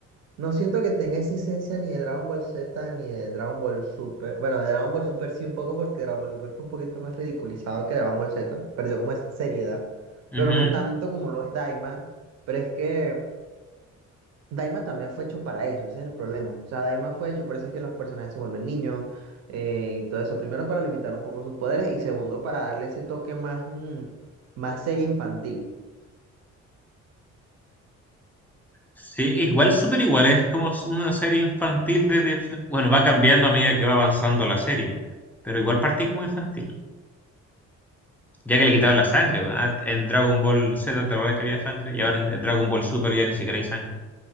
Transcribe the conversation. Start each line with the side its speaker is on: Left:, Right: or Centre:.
Right: no siento que tenga esa esencia ni de Dragon Ball Z ni de Dragon Ball Super. Bueno, de Dragon Ball Super sí un poco, porque Dragon Ball Super fue un poquito más ridiculizado que Dragon Ball Z. Perdió como esa seriedad,
Centre: Ujú.
Right: pero no tanto como lo es Daima. Pero es que Daima también fue hecho para eso, ese es el problema. O sea, Daima fue hecho, por eso es que los personajes se vuelven niños eh, y todo eso. Primero para limitar un poco sus poderes y segundo para darle ese toque más, mm, más serie infantil.
Centre: Sí, igual súper igual, es como s- una serie infantil desde, bueno, va cambiando a medida que va avanzando la serie, pero igual partí como infantil, ya que le quitaron la sangre, ¿verdad? En Dragon Ball Z, ¿te acuerdas que había sangre? Y ahora en en Dragon Ball Super ya ni siquiera hay sangre.